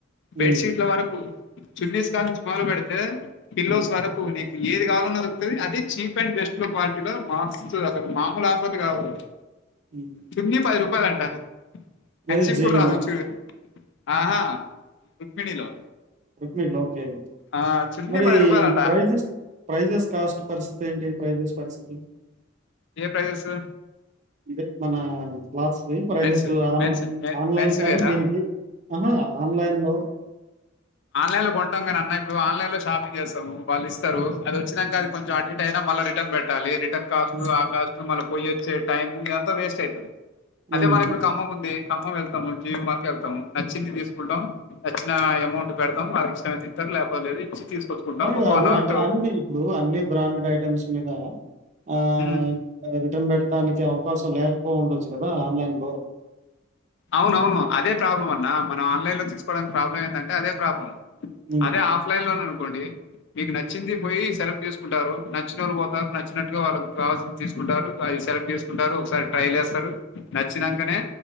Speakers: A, on the right; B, on the left.
A: హ్మ్.
B: బెడ్ షీట్ల వరకు చున్నీస్ కానుంచి మొదలు పెడితే పిల్లోస్
A: హ్మ్.
B: వరకు నీకు ఏది కావాలన్నా దొరుకుతది అది చీప్ అండ్ బెస్ట్ క్వాలిటీ లో మాస్త్ అసలు మామూలు ఆఫర్లు కావుఅవి.
A: హ్మ్.
B: చున్ని పది రూపాయలం ట కర్చిప్
A: ఏది జీవి
B: కూడ రాదుకావచ్చు.
A: మార్ట్.
B: ఆహా రుక్మిణిలో
A: రుక్మినిలో ఓకే
B: ఆ చున్నీ
A: మరి
B: పది రూపాయలట
A: ప్రైజ్ ప్రైజెస్ కాస్ట్ పరిస్థితి ఏంటి ప్రైజెస్ పరిస్థితి
B: ఏ ప్రైజెస్
A: ఇదే మన క్లాత్స్ వి prices
B: men's
A: ఆన్లై
B: men's
A: online
B: men's
A: కాను
B: వేరా
A: దీనికి ఆహ ఆన్లైన్ లో
B: ఆన్లైన్ లో కొంటాం కనీ అన్న ఇప్పుడు ఆన్లైన్ లో షాపింగ్ చేస్తము, వాళ్ళ ఇస్తరు
A: హ్మ్.
B: అది వచ్చినంకా
A: హ్మ్.
B: అది కొంచెం అటు ఇటు అయినా మళ్ళ రిటర్న్ పెట్టాలి. రి ఇంటర్ కాస్టు
A: హ్మ్.
B: ఆ కాస్టు మళ్ళ పోయచ్చే టైమ్ ఇదంతా వేస్ట్ అయితుంది.
A: హ్మ్.
B: అదే మన ఇప్పుడు ఖమ్మం ఉంది. ఖమ్మం వెళ్తాము జీ. వి మాళ్కి వెళ్తము నచ్చింది తీసుకుంటాం, నచ్చిన అమౌంట్ పెడతాం వారికి ఇష్టమైతే తింటరు లేకపోలేదు ఇచ్చి తీసుకొచ్చుకుంటాం
A: నువ్వు అని
B: ఒక
A: కాదు
B: వన్ అవర్
A: అంటే అన్ని ఇప్పుడు అన్ని బ్రాండెడ్ ఐటమ్స్ మీద ఆ
B: టూ
A: రిటర్న్ పె ట్టడానికి అవకాశం లేకపోయి ఉండొచ్చు కదా ఆన్లైన్ లో
B: అవును అవును అదే ప్రాబ్లం అన్నా మనం ఆన్లైన్లోంచి తీసుకోడానికి ప్రాబ్లం ఏంటే అదే ప్రాబ్లం.
A: హ్మ్.
B: అదే ఆఫ్లైన్ లో కొన్నాను కోండి మీకు నచ్చింది పోయి సె తీసుకుంటారు నచ్చిన వాళ్ళు పోతారు నచ్చినట్టుగా వాళ్ళు కావాల్సింది తీసుకుంటారు అ సెలెక్ట్ చేసుకుంటారు ఒకసారి ట్రైల్ చేస్తారు నచ్చినాకనే
A: హ్మ్.